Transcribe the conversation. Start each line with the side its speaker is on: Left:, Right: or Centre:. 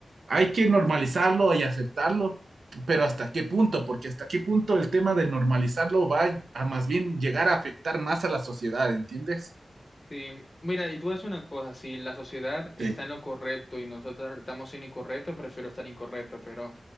Right: hay que normalizarlo y aceptarlo, pero ¿hasta qué punto? Porque hasta qué punto el tema de normalizarlo va a más bien llegar a afectar más a la sociedad, ¿entiendes?
Left: Sí, mira, y tú haces una cosa, si la sociedad está
Right: Sí,
Left: en lo correcto y nosotros estamos en lo incorrecto, prefiero estar incorrecto, pero